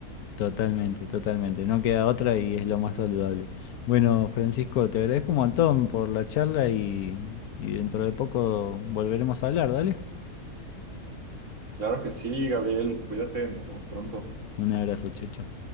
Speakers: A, on the left; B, on the right.
A: Totalmente, totalmente. No queda otra y es lo más saludable. Bueno, Francisco,
B: Sí.
A: te agradezco un montón por la charla y, y dentro de poco volveremos a hablar, ¿dale?
B: Claro que sí, Gabriel, cuídate, nos vemos pronto.
A: Un abrazo, Checho.